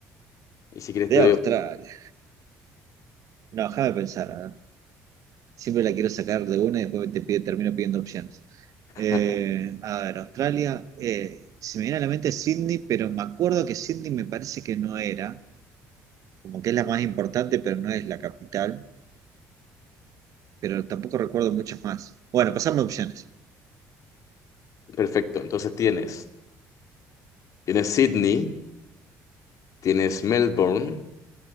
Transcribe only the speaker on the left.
Y si quieres
te doy...
op-
<laughs>
Perfecto, entonces tienes, tienes Sydney, tienes Melbourne,